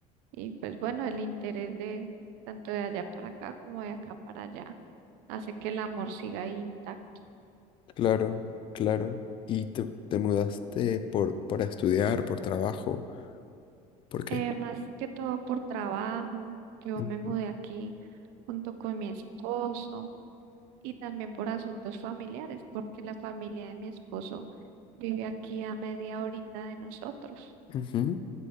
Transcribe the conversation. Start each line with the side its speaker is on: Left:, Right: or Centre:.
Right: Y pues bueno, el interés de tanto de allá para acá como de acá para allá hace que el amor siga ahí intacto.
Left: Claro, claro. ¿Y te, te mudaste por, para estudiar, por trabajo? ¿Por qué?
Right: Eh, más que todo por trabajo, yo
Left: Ujú,
Right: me mudé aquí junto con mi esposo y también por asuntos familiares, porque la familia de mi esposo vive aquí a media horita de nosotros
Left: ujú.